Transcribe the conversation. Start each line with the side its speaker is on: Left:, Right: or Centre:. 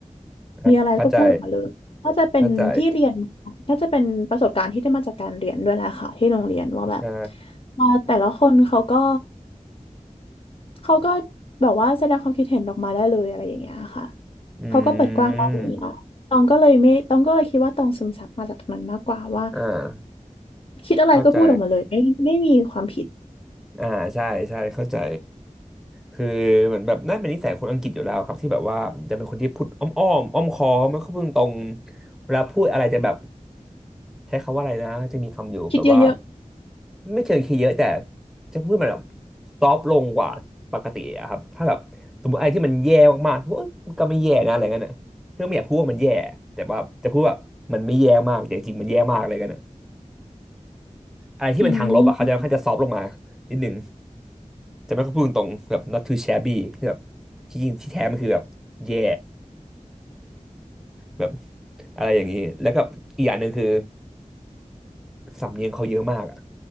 Centre: อ่าเข้าใจ
Left: มีอะไรก็พูดออกมาเลยน่าจะเป็นที่เรียนมาน่าจะเป็นประสบการณ์ที่ได้มาจากการเรียนด้วยแหละค่ะที่โรงเรียนว่าแบบ
Centre: เข้าใจ ใช่
Left: มาแต่ละคนเขาก็เขาก็แบบว่าแสดงความคิดเห็นออกมาได้เลยอะไรอย่างเงี้ยค่ะ
Centre: อื
Left: เขาก็เปิดกว้างด้านนี้เนาะตองก็เลยไม่ตองก็เลยคิดว่าตองซึมซับมาจากตรงนั้นมากกว่าว่า
Centre: มอ่า
Left: คิดอะไรก็พูดออกมาเลยไม่ไม่มีความผิด
Centre: เข้าใจอ่าใช่ใช่เข้าใจคือเหมือนแบบน่าเป็นนิสัยคนอังกฤษอยู่แล้วครับที่แบบว่าจะเป็นคนที่พูดอ้อมอ้อมอ้อมค้อมไม่ค่อยพูดตรงเวลาพูดอะไรจะแบบใช้คำว่าอะไรนะจะมีคำอยู่แบบว่า
Left: คิดเยอะ
Centre: ไม่เชิงคีย์เยอะแต่จะพูดมันแบบซอฟลงกว่าปกติอะครับถ้าแบบสมมติอะไรที่มันแย่มากๆพูดเอ้ยมันก็ไม่แย่นะอะไรเงี้ยน่ะเพื่อไม่อยากพูดว่ามันแย่แต่ว่าจะพูดว่ามันไม่แย่มากแต่จริงๆมันแย่มากอะไรเงี้ย
Left: ๆอืม
Centre: อะไรที่เป็นทางลบอ่ะเขาจะค่อนข้างจะซอฟต์ลงมานิดหนึ่งจะไม่ค่อยพูดตรงๆแบบ not too shabby คือแบบที่จริงที่แท้มันคือแบบ yeah แบบอะไรอย่างนี้แล้วก็อีกอย่างหนึ่งคือสำเนียงเขาเยอะมากอ่ะ